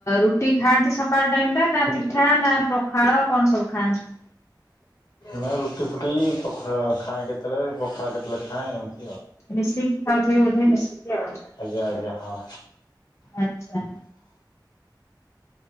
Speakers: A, on the left; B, on the left.
A: ରୁଟି ଖାଆନ୍ତି ସକାଳ ଟାଇମ ଟା ନା ପିଠା ନା ପଖାଳ କଣ ସବୁ ଖାଆନ୍ତି।
B: ନଇ ରୁଟି ଫୁଟି ପଖାଳ ଖାଏଁ କେତେ ବେଳେ ପଖାଳ କେତେ ବେଳେ ଖାଏଁ।
A: ମିଶେଇକି ଖାଉଥିବେ ବୋଧେ ମିଶିକି ଆଉ।
B: ଆଜ୍ଞା ଆଜ୍ଞା ହଁ।
A: ଆଛା।